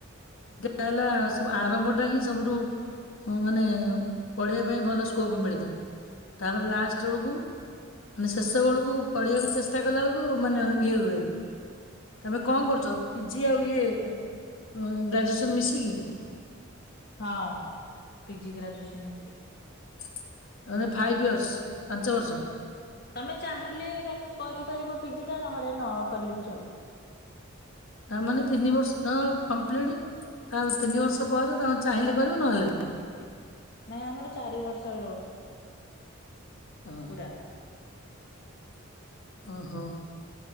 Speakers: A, on the left; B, on the left.
A: ହେଲା ସବୁ ଆରମ୍ଭ ଟା ହିଁ ସବୁଠୁ ମାନେ ପଢିବା ପାଇଁ ଭଲ ସ୍କୋପ ମିଳିଥାଏ, ତାପରେ ଲାଷ୍ଟ ବେଳୁକୁ ମାନେ ଶେଷ ବେଳୁକୁ ପଢିବାକୁ ଚେଷ୍ଟା କଲା ବୁଳୁକୁ ମାନେ ଇଏ ହୁଏନି। ତମେ କଣ କରୁଛ, ପି ଜି ଆଉ ଇଏ ଅ ଗ୍ରାଜୁଏସନ ମିଶିକି?
B: ହଁ ପିଜି ଗ୍ରାଜୁଏସନ ମିଶିକି।
A: ତାମାନେ ଫାଇଭ ଇୟରର୍ସ ପାଞ୍ଚ ବର୍ଷ।
B: ତମେ ଚାହିଁଲେ ର କରିପାରିବ ପି ଜି ଟା ନହଲେ ନକଲେ ବି ଚଳିବ।
A: ତା ମାନେ ତିନି ବର୍ଷ ଅ କମ୍ପ୍ଲିଟ ତା ତିନି ବର୍ଷ ପରେ ତମେ ଚାହିଁଲେ କରିବ ନହେଲେ ନାହିଁ
B: ନାଇଁ ଆମର ଚାରି ବର୍ଷ
A: ହଁ।
B: ପୁରା
A: ଅହୋ।